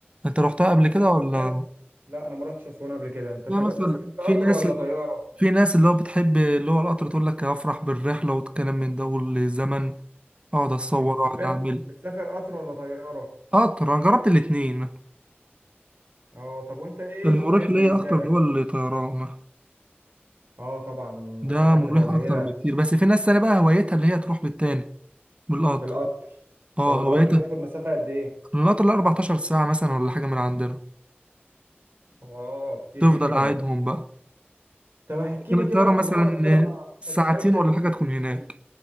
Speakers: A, on the right; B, on the right.
A: انت رحتها قبل
B: طب
A: كده
B: انت
A: ولا
B: سافرت لا انا ما رحتش اسوان قبل كده انت
A: لا
B: طب
A: مثلا
B: انت سافرت قطر
A: في ناس
B: ولا طياره
A: في ناس اللي هو بتحب اللي هو القطر تقول لك هفرح بالرحلة والكلام من ده والزمن اقعد اتصور
B: انت سافرت
A: اقعد اعمل
B: بتسافر قطر ولا طياره
A: قطر انا جربت الاتنين
B: اه طب وانت ايه
A: المريح
B: المميز
A: ليا
B: بالنسبه
A: اكتر
B: لك
A: اللي هو الطيران
B: اه طبعا المسافة
A: ده مريح
B: بتبقى قليلة
A: اكتر بكتير بس في ناس تانية بقى هوايتها اللي هي تروح بالتاني بالقطر
B: بالقطر
A: اه
B: طب القطر
A: هوايتها
B: بياخد مسافة قد ايه؟
A: من القطر له 14 ساعة مثلا ولا حاجة من عندنا
B: اه كتير
A: تفضل
B: جدا
A: قاعدهم بقى
B: طب احكي
A: لكن
B: لي
A: الطيارة
B: كده مغامراتك
A: مثلا
B: كده
A: ساعتين
B: بس قلت انت
A: ولا
B: سافرت
A: حاجة تكون
B: فين
A: هناك
B: تاني